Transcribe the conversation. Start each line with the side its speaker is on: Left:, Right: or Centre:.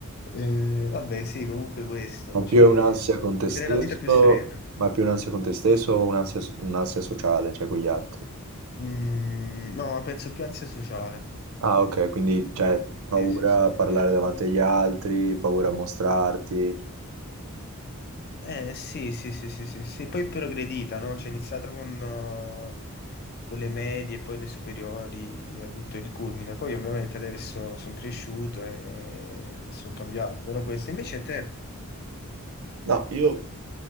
Left: Eh, vabbè, sì, comunque questo,
Right: Ma più
Left: cioè,
Right: è un'ansia con te
Left: vivere
Right: stesso,
Left: la vita più serena.
Right: ma più un'ansia con te stesso o un'ansia un'ansia sociale, cioè con gli altri?
Left: Mm, no, penso più ansia sociale.
Right: Ah, ok, quindi cioè, paura
Left: Sì, sì, sì, sì.
Right: a parlare davanti agli altri, paura a mostrarti.
Left: Eh sì, sì, sì, sì, sì, sì. Poi è progredita, no? Cioè, è iniziato con, eh, con le medie, poi le superiori, ha avuto il culmine. Poi ovviamente adesso sono cresciuto e sono cambiato. Però questo invece a te...
Right: No, io